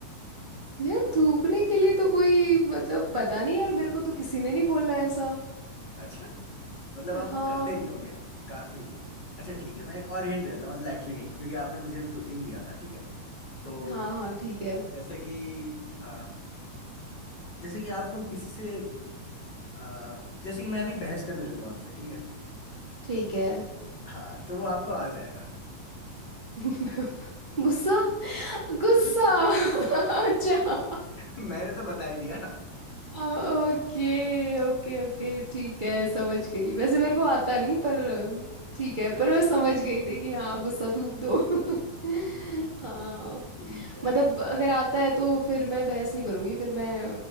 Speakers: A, on the left; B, on the right.
A: है
B: यार थूकने के लिए तो कोई मतलब पता नहीं यार मेरे को तो किसी ने नहीं बोला ऐसा
A: अच्छा मतलब आप वो
B: हाँ
A: करते नहीं होगे काफी अच्छा ठीक है मैं एक और हिंट देता हूँ लाइटली हिंट क्योंकि आपने मुझे भी दो तीन दिया था ठीक है तो
B: हाँ हाँ ठीक है
A: जैसे कि आ, जैसे कि आपको किसी से आ, जैसे कि मैं अभी बहस करने लगूँ आपसे ठीक है
B: ठीक है
A: हाँ तो वो आपको आ जाएगा
B: <laughs> गुस्सा गुस्सा
A: <laughs>
B: <laughs> अच्छा
A: मैंने तो बता ही दिया
B: Okay okay okay <laughs> ठीक है समझ गई वैसे मेरे को आता नहीं पर ठीक है
A: अच्छा
B: पर मैं समझ गई थी कि हाँ गुस्सा थूक दो <laughs> हाँ
A: ठीक है
B: मतलब अगर आता है तो फिर मैं बहस नहीं करूंगी फिर मैं